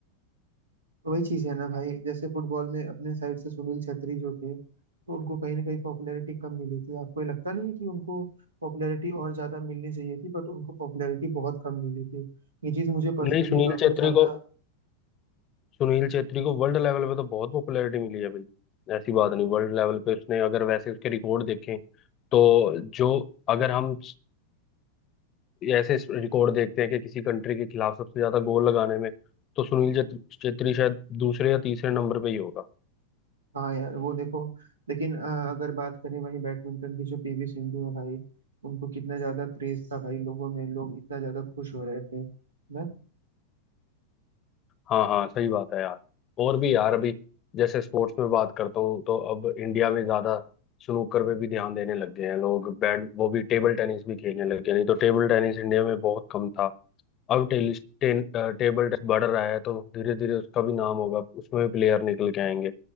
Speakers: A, on the right; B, on the left.
A: तो वही चीज है ना भाई जैसे फुटबॉल में अपने साइड से सुनील छेत्री जो थे तो उनको कहीं ना कहीं पॉपुलैरिटी कम मिली थी आपको ये लगता नहीं है कि उनको पॉपुलैरिटी और ज्यादा मिलनी चाहिए थी बट उनको पॉपुलैरिटी बहुत कम मिली थी ये चीज मुझे पर्सनली
B: नहीं सुनील
A: काफी
B: छेत्री
A: ज्यादा
B: को सुनील छेत्री को वर्ल्ड लेवल पे तो बहुत पॉपुलैरिटी मिली है भाई ऐसी बात नहीं वर्ल्ड लेवल पे उसने अगर वैसे उसके रिकॉर्ड देखें तो जो अगर हम ऐसे रिकॉर्ड देखते हैं कि किसी कंट्री के खिलाफ सबसे ज्यादा गोल लगाने में तो सुनील छेत्री छेत्री शायद दूसरे या तीसरे नंबर पे ही होगा
A: हाँ यार वो देखो लेकिन अ, अगर बात करें वहीं बैडमिंटन की जो पीवी सिंधु है भाई उनको कितना ज्यादा क्रेज था भाई लोगों में लोग इतना ज्यादा खुश हो रहे थे ना
B: हाँ हाँ सही बात है यार और भी यार अभी जैसे स्पोर्ट्स में बात करता हूँ तो अब इंडिया में ज्यादा स्नूकर पे भी ध्यान देने लग गए हैं लोग बैड वो भी टेबल टेनिस भी खेलने लग गए नहीं तो टेबल टेनिस इंडिया में बहुत कम था अब tennis ten, uh, table tennis बढ़ रहा है तो धीरे धीरे उसका भी नाम होगा उसमें भी प्लेयर निकल के आएंगे